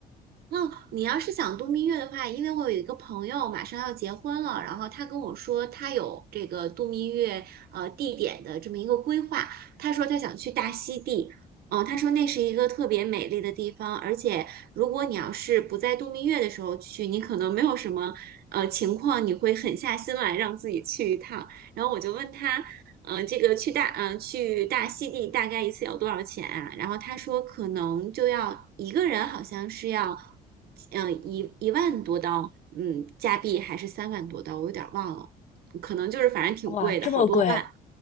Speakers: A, on the right; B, on the left.
A: 哦，你要是想度蜜月的话，因为我有一个朋友马上要结婚了，然后他跟我说他有这个度蜜月呃地点的这么一个规划，他说他想去大溪地，嗯、他说那是一个特别美丽的地方，而且如果你要是不在度蜜月的时候去，你可能没有什么呃情况，你会狠下心来让自己去一趟。然后我就问他，嗯、呃这个去大嗯、呃去大溪地大概一次要多少钱啊？然后他说可能就要一个人好像是要，嗯、呃一一万多刀，嗯，加币还是三万多刀，我有点儿忘了，可能就是反正挺贵的，
B: 哇，这么贵！
A: 好多万。